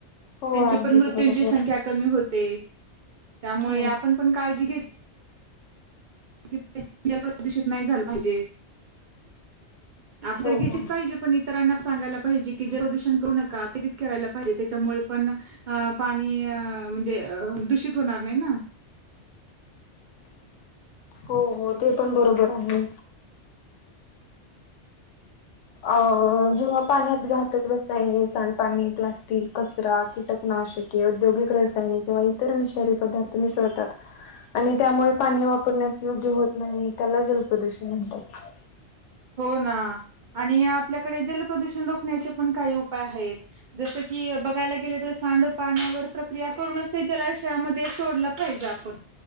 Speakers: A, on the left; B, on the right.
A: हो
B: त्यांची
A: अगदीच
B: पण मृत्यूंची
A: बरोबर
B: संख्या कमी होते. त्यामुळे
A: हो.
B: आपण पण काळजी घेत की जल प्रदूषित नाही झालं पाहिजे. आप
A: हो
B: तर घेतलीच
A: हो.
B: पाहिजे, पण इतरांना सांगायला पाहिजे की, जल प्रदूषण करू नका, ते आधीच करायला पाहिजे त्याच्यामुळे पण अ पाणी म्हणजे अ दूषित होणार नाही ना.
A: हो हो ते पण बरोबर आहे. अ जेव्हा पाण्यात घातक रसायने, सांडपाणी, प्लास्टीक घरातील कचरा, कीटकनाशके, औद्योगिक रसायनिक किंवा इतर विषारी पदार्थ मिसळतात. आणि त्यामुळे पाणी वापरण्यास योग्य होत नाही, त्याला जलप्रदूषण म्हणतात.
B: हो ना आणि आपल्याकडे जलप्रदूषण रोखण्याचे पण काही उपाय आहेत. जस की बघायला गेलं, तर सांड पाण्यावर प्रक्रिया करूनच ते जलाशयामध्ये सोडल पाहिजे आपण